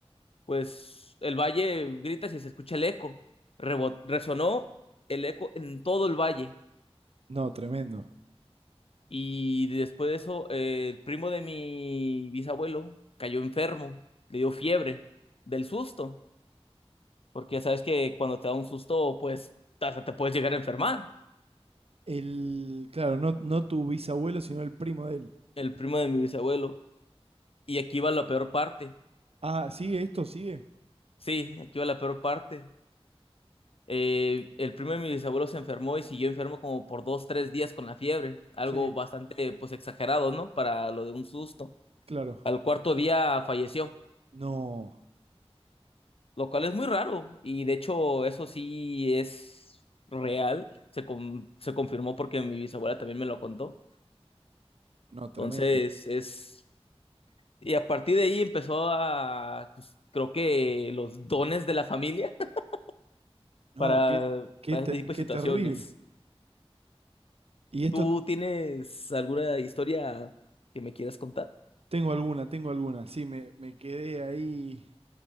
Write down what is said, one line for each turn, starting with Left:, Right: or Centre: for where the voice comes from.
Left: pues, el valle gritas y se escucha el eco. Rebo- resonó el eco en todo el valle.
Right: no, tremendo.
Left: Y después de eso, eh, el primo de mi bisabuelo cayó enfermo, le dio fiebre del susto, porque ya sabes que cuando te da un susto, pues hasta te puedes llegar a enfermar.
Right: El, claro, no, no tu bisabuelo, sino el primo de él.
Left: El primo de mi bisabuelo. Y aquí va la peor parte.
Right: Ah, ¿sigue esto? ¿Sigue?
Left: Sí, aquí va la peor parte. Eh, el primo de mi bisabuelo se enfermó y siguió enfermo como por dos, tres días con la fiebre. Algo
Right: Sí,
Left: bastante, pues, exagerado, ¿no? Para lo de un susto.
Right: claro.
Left: Al cuarto día falleció.
Right: No,
Left: lo cual es muy raro. Y de hecho, eso sí es real. Se, con- se confirmó porque mi bisabuela también me lo contó.
Right: no, tremendo.
Left: Entonces, es... Y a partir de ahí empezó a, pues, creo que los dones de la familia <laughs>
Right: No,
Left: para,
Right: qué, qué,
Left: para
Right: te-
Left: este tipo
Right: qué
Left: de situaciones.
Right: terrible. Y esto
Left: ¿Tú tienes alguna historia que me quieras contar?
Right: tengo alguna, tengo alguna. Sí, me, me quedé ahí